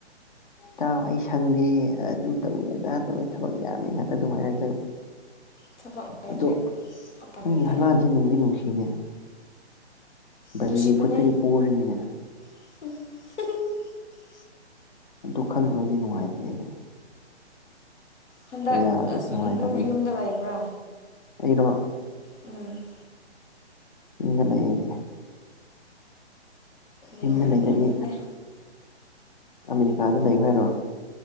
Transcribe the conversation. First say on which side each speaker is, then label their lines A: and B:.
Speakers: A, on the left; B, on the left.
A: ꯇꯥꯎ ꯑꯩ ꯁꯪꯗꯦ ꯑꯗꯨ ꯇꯧꯋꯦ ꯑꯗꯥ ꯇꯧꯋꯤ ꯊꯕꯛ ꯌꯥꯝꯃꯤ ꯉꯥꯛꯇ ꯑꯗꯨꯃꯥꯏꯅ
B: ꯊꯕꯛ ꯑꯣꯏꯔꯗꯤ
A: ꯑꯗꯣ
B: ꯎꯄꯥꯏ
A: ꯅꯪꯒꯤ
B: ꯂꯩꯇꯦ
A: ꯍꯂꯥꯟꯁꯦ ꯅꯨꯡꯗꯤ ꯅꯨꯡꯁꯤꯅꯦ ꯕ꯭ꯔꯥꯖꯤꯜꯒꯤ
B: ꯅꯨꯡꯁꯤꯕꯅꯦ
A: ꯈꯨꯠꯇꯒꯤ ꯄꯔꯅꯤꯅꯦ
B: <inaudible>
A: ꯑꯗꯨ ꯈꯟꯕꯗꯤ ꯅꯨꯡꯉꯥꯏꯇꯦ ꯑꯩꯗꯤ
B: ꯍꯟꯗꯛ
A: ꯀꯌꯥꯗ
B: ꯑꯁ
A: ꯅꯨꯡꯉꯥꯏꯇꯕꯅꯣ
B: ꯌꯨꯝꯗ ꯂꯩꯕ꯭ꯔꯥ
A: ꯑꯩꯔꯣ
B: ꯎꯝ
A: ꯏꯗ ꯂꯩ ꯌꯦꯗꯤ
B: ꯅꯨꯡꯉꯥꯏꯔꯝꯒꯅꯤꯅꯦ
A: ꯌꯨꯝꯗ ꯂꯩꯇꯗꯤ ꯑꯃꯦꯔꯤꯀꯥꯗ ꯂꯩꯌꯣ ꯍꯥꯏꯔꯣ